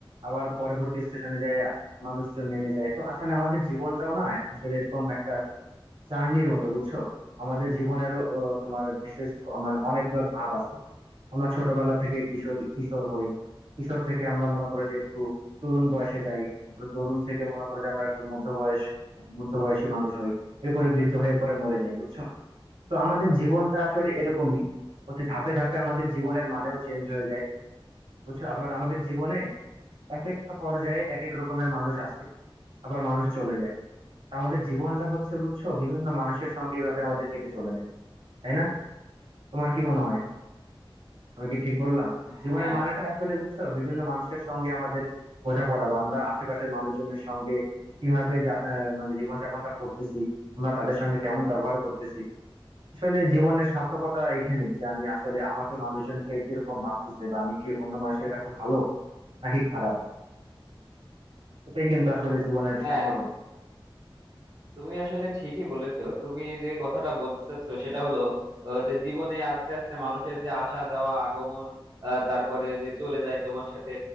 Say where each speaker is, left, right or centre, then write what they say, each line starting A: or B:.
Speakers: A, on the right; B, on the right.
A: আবার পরবর্তী স্টেশনে যায় মানুষজন নেমে যায় তো আসলে আমাদের জীবনটাও না আসলে এরকম একটা জার্নির মতো বুঝছো আমাদের জীবনেরও আহ, তোমার বিশেষ ক- মানে অনেকগুলো ধাপ আছে আমরা ছোটবেলা থেকে কিশোর কিশোর হই কিশোর থেকে আমরা মনে করো যে একটু তরুণ বয়সে যাই তারপরে তরুণ থেকে মনে করো যে আমরা একটু মধ্য বয়স মধ্য বয়সী মানুষ হই এরপরে বৃদ্ধ হয়ে এরপরে মরে যাই বুঝছো তো আমাদের জীবনটা আসলে এরকমই প্রতি ধাপে ধাপে আমাদের জীবনের মানেও চেঞ্জ হয়ে যায় বুঝছো আবার আমাদের জীবনে এক একটা পর্যায়ে এক এক রকমের মানুষ আসে আবার মানুষ চলে যায় তা আমাদের জীবনটা হচ্ছে বুঝছো বিভিন্ন মানুষের সঙ্গে এভাবে আমাদের কেটে চলে যায় তাই না তোমার কি মনে হয় আমি কি ঠিক বললাম জীবনের
B: হ্যাঁ
A: মানেটা আসলে বুঝছো বিভিন্ন মানুষের সঙ্গে আমাদের বোঝাপড়া বা আমরা আশেপাশের মানুষজনের সঙ্গে কিভাবে যা- আহ, মানে জীবনযাপনটা করতেছি আমরা তাদের সঙ্গে কেমন ব্যবহার করতেছি আসলে জীবনের সার্থকতা এখানেই যে আমি আসলে আমাকে মানুষজন কে কিরকম ভাবতেছে বা আমি কি অন্য মানুষের কাছে ভালো নাকি খারাপ এটাই কিন্তু আসলে জীবনের
B: হ্যাঁ
A: সার্থকতা
B: তুমি আসলে ঠিকই বলেছো তুমি যে কথাটা বলতে চাচ্ছ সেটা হলো আহ, যে জীবনে আস্তে আস্তে মানুষের যে আসা যাওয়া আগমন আহ, তারপরে যে চলে যায় তোমার সাথে